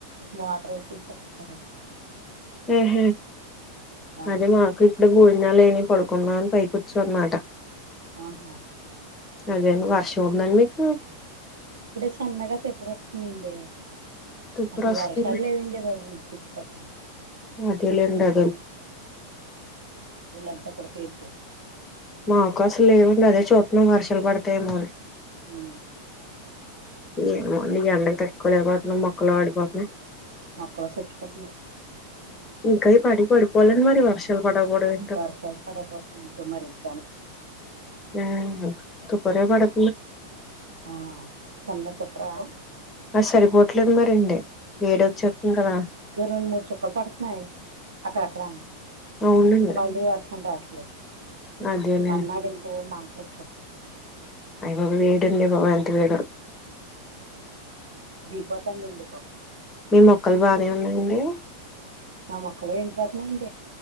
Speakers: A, on the right (about 65°); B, on the left (about 20°).
A: మోటర్ వేసేసి <unintelligible>
B: ఆహ
A: ఆ
B: అదే మాకు ఇప్పుడు గుూడిజాలని కొడుకుందాం అని పై కూర్చ్చు అనమాట
A: ఆహా
B: అదే వర్షం ఉందండి మీకు
A: ఇప్పుడే సన్నగా తెప్పుకొస్తుందండడి
B: తుప్పరు
A: అసలు
B: వస్తుంది
A: వర్షాలు లేవండే బావుడు <unintelligible>
B: అదేలేండి అదేలే
A: వీళ్ళంత కూడ <unintelligible>
B: మా అవకాశం లేవండి అదే చూద్దన్నాం వర్షలు పడతాయేమోని
A: ఉ
B: ఏమో నీ ఎండలు తట్టుకోలేకపోతనం మొక్కలు వాడిపోతున్నాయ్
A: మొక్కలు చచ్చిపోతున్నయ్
B: ఇంకా పడి పడిపోలేడి మరి వర్షాలు పడవ పడవే
A: <unintelligible> ఇంకాని
B: ఆ <unintelligible>
A: ఆ చన్న <unintelligible>
B: ఆ సరిపోట్లేదు మరిండి వేడ వచ్చేతుంది కదా
A: రెండు మూడు చుక్కలు పడుతున్నాయి అక్కడక్కడ
B: అవునండి
A: ఇంక మళ్ళీ <unintelligible> రావట్లేదు.
B: అదేలేండి
A: మన్నాడంకో మాటలు చెప్ప
B: అయి వీడి పోనంత వీడు <unintelligible>
A: ఈ పంతం ఎందుకో
B: మీ మొక్కలు బానే ఉందండి.
A: మా మొక్కలు ఎండిపోతున్నాయిడి